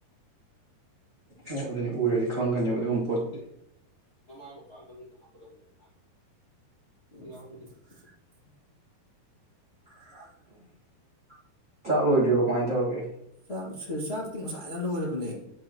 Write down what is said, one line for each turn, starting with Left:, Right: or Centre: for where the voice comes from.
Right: ꯑꯣ ꯑꯗꯨꯅꯤ ꯎꯔꯗꯤ ꯈꯪꯒꯅꯦꯕ ꯑꯗꯨꯒꯨꯝꯕ ꯄꯣꯠꯇꯨꯗꯤ
Left: ꯃꯃꯥꯒ ꯃꯄꯥꯒꯤ ꯃꯃꯤꯡꯗꯣ ꯍꯥꯞꯀꯗꯕꯅꯦꯕ ꯑꯒꯤꯗꯣ ꯌꯥꯎꯗꯗꯤ <unintelligible> <inaudible>
Right: ꯆꯥꯛ ꯂꯣꯏꯗ꯭ꯔꯤꯕꯣ ꯀꯃꯥꯏ ꯇꯧꯔꯒꯦ
Left: ꯆꯥꯛꯁꯦ ꯆꯥꯛꯇꯤ ꯉꯁꯥꯏꯅ ꯂꯣꯏꯔꯕꯅꯦ